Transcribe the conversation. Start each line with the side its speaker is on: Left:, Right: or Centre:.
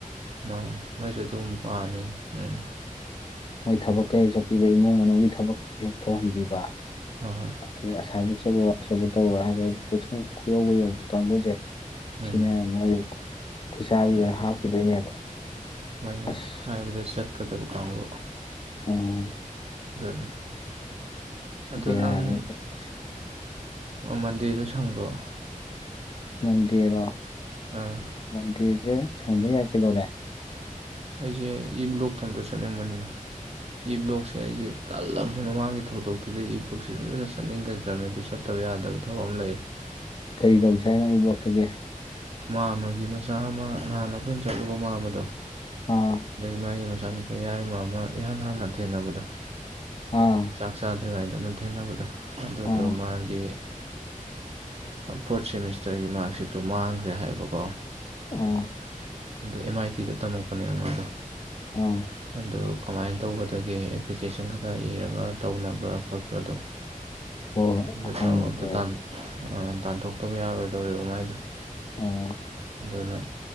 Right: ꯃꯥ ꯃꯣꯏꯁꯨ ꯑꯗꯨꯝ ꯄꯥꯝꯃꯤ ꯎꯝ
Left: ꯃꯣꯏ ꯊꯕꯛ ꯀꯍꯦꯛ ꯆꯠꯄꯤꯕ ꯏꯃꯨꯡ ꯃꯅꯨꯡꯒꯤ ꯊꯕꯛ ꯍꯦꯛ ꯇꯧꯍꯟꯕꯤꯕ
Right: ꯍꯣꯏ ꯍꯣꯏ
Left: ꯑ ꯑꯁꯥꯕ ꯆꯠꯂꯨꯔ ꯑꯁꯣꯏꯕ <unintelligible> ꯀꯣꯏꯊꯨꯡ ꯈꯨꯌꯧꯕ ꯌꯧꯕ ꯀꯥꯡꯕꯨꯁꯦ
Right: ꯎꯝ
Left: ꯁꯤꯅ ꯃꯣꯏ ꯈꯨꯁꯥꯕꯤ
Right: ꯍꯣꯏ
Left: ꯑꯣꯏꯅ ꯍꯥꯞꯈꯤꯗꯣꯏꯅꯦꯕ
Right: ꯃꯣꯏꯅ
Left: ꯑꯁ
Right: ꯍꯥꯏꯕꯗ ꯆꯠꯀꯗꯕ ꯀꯥꯡꯕꯨ
Left: ꯎꯝ
Right: ꯒꯅꯤ ꯑꯗꯣ
Left: ꯕꯦꯔꯥꯅꯤ
Right: ꯅꯪ
Left: ꯇꯧꯔꯤꯁꯦ
Right: ꯑꯣ ꯃꯟꯗꯦꯗꯨ ꯁꯪꯕ꯭ꯔꯣ
Left: ꯃꯟꯗꯦꯔꯣ
Right: ꯑꯥ
Left: ꯃꯟꯗꯦꯁꯦ ꯁꯪꯕ ꯌꯥꯏ ꯀꯩꯗꯧꯔꯦ
Right: ꯑꯩꯁꯦ ꯏ ꯕ꯭ꯂꯣꯛꯇꯝꯇ ꯆꯠꯅꯤꯡꯕꯅꯤꯅ ꯏ ꯕ꯭ꯂꯣꯛꯁꯦ ꯑꯩꯁꯦ ꯇꯜꯂꯕꯅꯦ ꯃꯃꯥꯡꯒꯤ ꯊꯧꯗꯣꯛꯇꯨꯗ ꯏ ꯕ꯭ꯂꯣꯛꯁ ꯂꯣꯏꯖꯠ ꯆꯠꯅꯤꯡꯒꯗ꯭ꯔꯕꯅꯦ ꯑꯗꯨ ꯆꯠ ꯐꯠꯇꯕ ꯌꯥꯗꯕ ꯊꯕꯛ ꯑꯃ ꯂꯩ
Left: ꯀꯔꯤ ꯇꯧꯁꯦ ꯍꯥꯏꯅꯣ ꯏ ꯕ꯭ꯂꯣꯛꯇꯒꯤ
Right: ꯃꯥꯃꯒꯤ ꯃꯆꯥ ꯑꯃ ꯅꯍꯥꯟꯅ ꯑꯩꯈꯣꯏꯅ ꯆꯠꯂꯨꯕ ꯃꯥ ꯑꯃꯗꯣ
Left: ꯑꯥ
Right: ꯑꯗꯒꯤ ꯃꯥꯒꯤ ꯃꯆꯥꯅꯨꯄꯥ ꯌꯥꯏꯃ ꯑꯃ ꯏꯍꯥꯟ ꯍꯥꯟꯅ ꯊꯦꯡꯅꯕꯗ
Left: ꯑꯥ
Right: ꯆꯥꯛ ꯆꯥꯗ꯭ꯔꯤꯉꯩꯗ ꯑꯃꯛ ꯊꯦꯡꯅꯕꯗ ꯑꯗꯨꯗꯣ
Left: ꯑꯥ
Right: ꯃꯥꯒꯤ ꯐꯣꯔꯠ ꯁꯦꯃꯤꯁꯇꯔꯒꯤ ꯃꯥꯔꯛꯁꯤꯠꯇꯣ ꯃꯥꯡꯈ꯭ꯔꯦ ꯍꯥꯏꯕꯀꯣ
Left: ꯑꯣ
Right: ꯑꯗ ꯑꯦꯝ ꯑꯥꯏ ꯇꯤꯗ ꯇꯝꯃꯛꯄꯅꯦꯕ ꯃꯥꯗꯣ
Left: ꯑꯣ
Right: ꯑꯗꯨ ꯀꯃꯥꯏꯅ ꯇꯧꯒꯗꯒꯦ ꯑꯦꯄ꯭ꯂꯤꯀꯦꯁꯟ ꯀꯩꯀ ꯏꯔꯒ ꯇꯧꯅꯕ꯭ꯔꯥ ꯈꯣꯠꯄ꯭ꯔꯥꯗꯣ
Left: ꯍꯣꯏ
Right: ꯑꯗꯨ
Left: ꯍꯪꯉꯨꯁꯦ
Right: ꯇꯧꯔꯒ ꯑꯝꯇ ꯇꯥꯟ
Left: ꯑꯗꯨꯗꯤ
Right: ꯑ ꯇꯥꯟꯊꯣꯛꯇꯕ ꯌꯥꯔꯣꯏꯗꯧꯔꯤꯕ ꯃꯥꯏꯗꯣ
Left: ꯑ
Right: ꯑꯗꯨꯅ